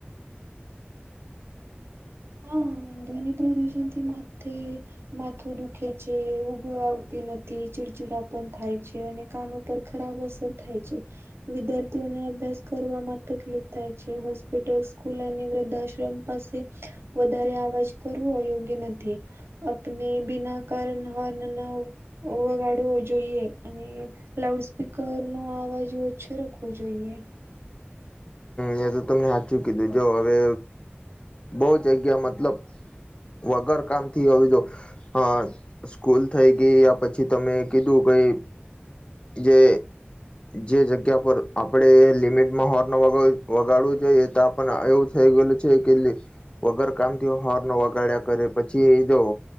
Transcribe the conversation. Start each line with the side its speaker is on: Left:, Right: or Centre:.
Right: હા, ધ્વનિ. એવી જન થી માથે. માથું દુખે છે ઊંઘ આવતી નથી ચીડચિડા પણ થાય છે અને કાન ઉપર ખરાબ અસર થાય છે. વિદ્યાર્થીઓને અભ્યાસ કરવામાં તકલીફ થાય છે હોસ્પિટલ સ્કૂલ અને વૃદ્ધાશ્રમ પસી વધારે અવાજ કરવો યોગ્ય નથી. આપને બીના કારન હોર્ન ના વગાડવો જોઈએ અને લાઉડ સ્પીકર નો અવાજ ઓછો રાખવો જોઈએ.
Left: મેં તો તમને સાચું કીધું જો, હવે બહુ જગ્યા મતલબ. વગર કામથી હવે જો, હ... સ્કૂલ થઈ ગઈ, આ પછી તમે કીધું. કઈ..... જે જે જગ્યા પર આપડે લિમિટમાં હોર્ન વગાડવો. વગાડવું જોઈએ. તો પણ, એવું થઈ ગયેલું છે. કે, વગર કામથી હોર્ન વગાડ્યા કરે. પછી, એ જોવ....